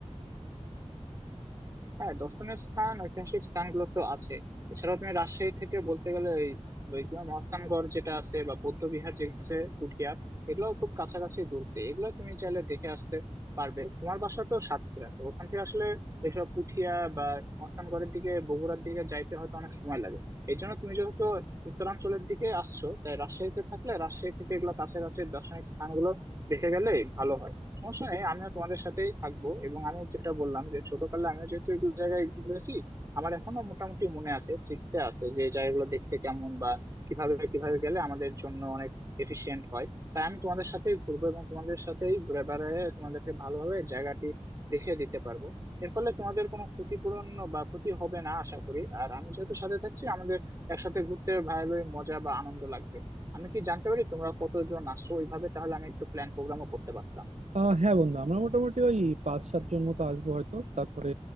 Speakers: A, on the right; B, on the right.
A: হ্যাঁ দর্শনীয় স্থান ঐতিহাসিক স্থানগুলো তো আছে এছাড়াও তুমি রাজশাহী থেকে বলতে গেলে এই বৈকুণ্ঠ মহাস্থানগড় যেটা আছে বা বৌদ্ধ বিহার যে আছে পুঠিয়ার এগুলো খুব কাছাকাছি দূরতে এগুলো তুমি চাইলে দেখে আসতে পারবে তোমার বাসা তো সাতক্ষীরা তো ওখান থেকে আসলে এসব পুঠিয়া বা মহাস্থানগড়ের দিকে বগুড়ার দিকে যাইতে হয়তো অনেক সময় লাগে এই জন্য তুমি যেহেতু উত্তরাঞ্চলের দিকে আসছো তাই রাজশাহীতে থাকলে রাজশাহী থেকে এগুলো কাছাকাছি দর্শনিক স্থানগুলো দেখে গেলে ভালো হয় সমস্যা নেই আমিও তোমাদের সাথেই থাকবো এবং আমি যেটা বললাম যে ছোটকালে আমিও যেহেতু একটু জায়গায় ঘুরেছি আমার এখনো মোটামুটি মনে আছে স্মৃতিতে আছে যে জায়গাগুলো দেখতে কেমন বা কিভাবে কিভাবে গেলে আমাদের জন্য অনেক এফিশিয়েন্ট হয় তাই আমি তোমাদের সাথেই ঘুরবো এবং তোমাদের সাথেই ঘুরে বেড়ায় তোমাদেরকে ভালোভাবে জায়গাটি দেখিয়ে দিতে পারবো এর ফলে তোমাদের কোনো ক্ষতিপূরণ বা ক্ষতি হবে না আশা করি আর আমি যেহেতু সাথে থাকছি আমাদের একসাথে ঘুরতে ভালোই মজা বা আনন্দ লাগবে আমি কি জানতে পারি তোমরা কতজন আসছো ওইভাবে তাহলে আমি একটু প্ল্যান প্রোগ্রামও করতে পারতাম
B: আহ, হ্যাঁ বন্ধু আমরা মোটামুটি ওই পাঁচ সাতজন মতো আসবো হয়তো তারপরে